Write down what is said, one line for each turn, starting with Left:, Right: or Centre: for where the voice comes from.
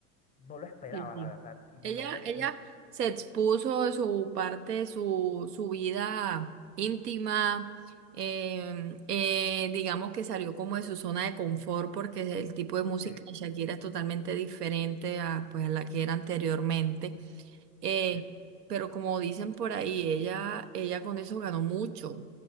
Left: no lo esperaba,
Right: Sí, sí.
Left: la verdad. Y
Right: Ella,
Left: no me... y-
Right: ella se expuso de su parte, su, su vida íntima, em, eh, digamos que salió como de su zona de confort porque el tipo de música
Left: sí,
Right: de Shakira es totalmente diferente a, pues, a la que era anteriormente. Eh,
Left: sí.
Right: pero como dicen por ahí, ella, ella con eso ganó mucho.